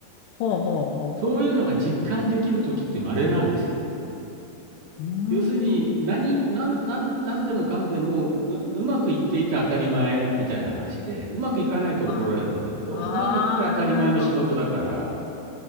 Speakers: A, on the left; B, on the right.
A: ほうほうほ
B: そういうのが実感できるときって稀なんですよね。
A: う。うーん。
B: 要するに何、何、何、何でもかんでもう、うまくいっていて当たり前みたいな話で、うまくいかないと怒られるんだけど、
A: あーあー、
B: うまくいって当たり前の仕事だから、
A: なるほど。